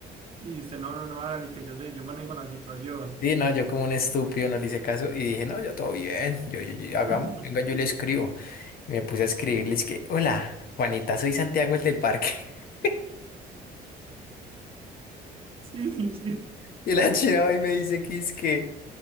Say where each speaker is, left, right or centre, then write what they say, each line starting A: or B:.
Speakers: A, on the right; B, on the left.
A: Y usted, no, no, no, hágale, que yo sé, yo manejo la situación.
B: Sí, no, yo como un estúpido no le hice caso y dije, no, yo todo bien, yo, yo, yo- hagamos,
A: <laughs>
B: venga, yo le escribo. Y me puse a escribirle, es que, hola, Juanita, soy Santiago el del parque. <laughs>
A: Sí, sí, sí.
B: Y la China va y me dice que es que...